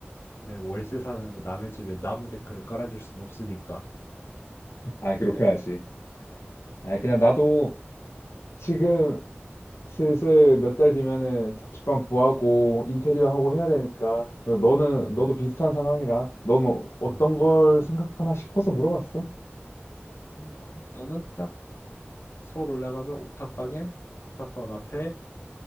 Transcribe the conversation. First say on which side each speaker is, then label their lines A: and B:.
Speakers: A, on the left; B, on the left.
A: 내 월세 사는데 남의 집에 나무 데크를 깔아줄 순 없으니까
B: 아, 그렇게 하지.
A: 응. 어,
B: 아, 그냥 나도 지금 슬슬 몇 달 뒤면은 자취방 구하고 인테리어 하고 해야 되니까. 너는,
A: 음,
B: 너도 비슷한 상황이라. 넌 어- 어떤
A: 음.
B: 걸 생각하나 싶어서 물어봤어.
A: 음, 어, 나는 딱 서울 올라가면 옥탑방에 옥탑방 앞에